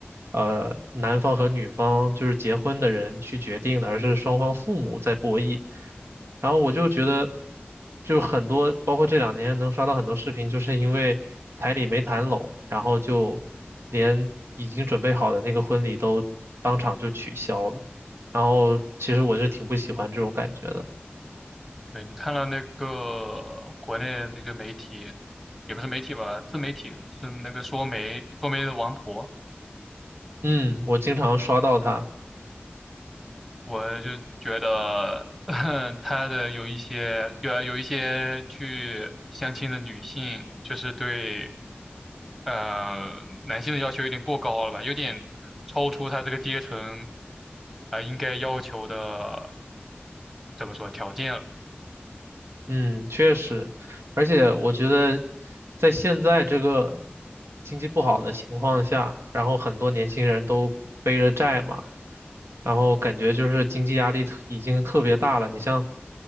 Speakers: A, on the right; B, in the centre.
A: 呃，男方和女方就是结婚的人去决定的，而是双方父母在博弈。然后我就觉得，就很多，包括这两年能刷到很多视频，就是因为彩礼没谈拢，然后就连已经准备好的那个婚礼都当场就取消了。然后其实我是挺不喜欢这种感觉的。
B: 对，你看了那个国内的那个媒体，也不是媒体吧，自媒体是那个说媒说媒的王婆。
A: 嗯，我经常刷到他。
B: 我就觉得 <laughs> 他的有一些有有一些去相亲的女性，就是对呃男性的要求有点过高了吧，有点超出他这个阶层啊、呃应该要求的怎么说条件了。
A: 嗯，确实，而且我觉得在现在这个经济不好的情况下，然后很多年轻人都背着债嘛，然后感觉就是经济压力特已经特别大了。你像，